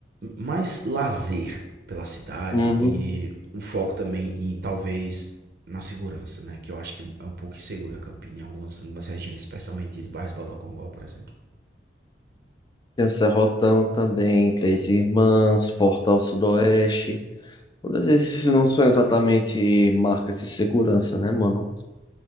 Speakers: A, on the right (about 60°); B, on the left (about 25°).
A: Mais lazer pela cidade
B: Uhum.
A: e um foco também em talvez na segurança, né? Que eu acho que é um pouco insegura Campina em algumas, em algumas regiões, especialmente do bairro Badocongó, por exemplo.
B: Tem o Serrotão também, Três Irmãs, Portal Sudoeste. Todos esses não são exatamente marcas de segurança, né, mano?